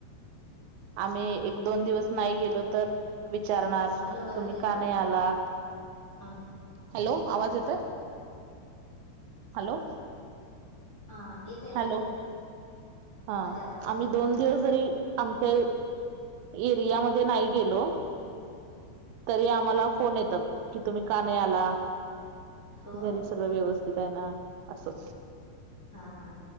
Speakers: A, on the right; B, on the left.
A: आम्ही एक-दोन, दिवस नाही गेलो तर विचारणार
B: हॅलो! अवाज
A: तुम्ही
B: येतो का?
A: नाही आला
B: हा,
A: हॅलो! आवाज येतोय? हॅलो!
B: हा येतोय.
A: हॅलो! हा,
B: आवाज कट
A: आम्ही
B: होत
A: दोन
B: होता
A: दिवस जरी आमच्या एरियामध्ये नाही गेलो तरी आम्हाला फोन येतात की तुम्ही का नाही आला?
B: हो
A: घरी सगळं व्यवस्थित आहे ना असं.
B: हा-हा,